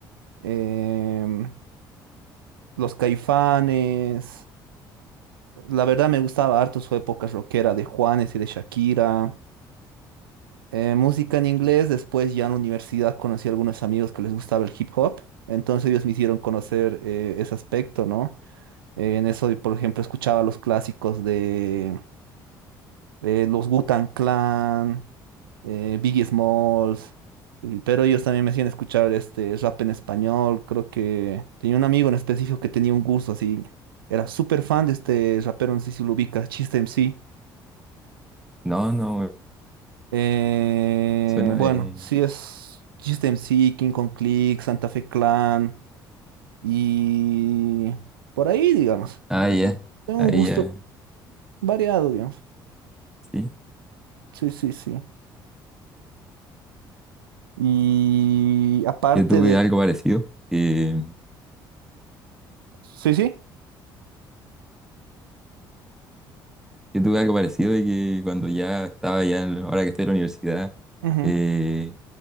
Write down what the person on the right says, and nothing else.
em, Los Caifanes. La verdad me gustaba harto su época rockera de Juanes y de Shakira. Eh, música en inglés, después ya en la universidad conocí a algunos amigos que les gustaba el hip hop, entonces ellos me hicieron conocer eh, ese aspecto, ¿no? Eh, en eso, por ejemplo, escuchaba los clásicos de eh, los Wu-Tang Clan, eh, Biggie Smalls, y- pero ellos también me hacían escuchar este rap en español. Creo que tenía un amigo en específico que tenía un gusto así, era súper fan de este rapero, no sé si lo ubicas, Chiste MC.
Eh,
bueno,
sí es System C, King Kong Click, Santa Fe Clan y por ahí, digamos.
Eh,
Tengo
un gusto
variado, digamos.
Sí, sí, sí. Y aparte
de...
Sí, sí.
ujú,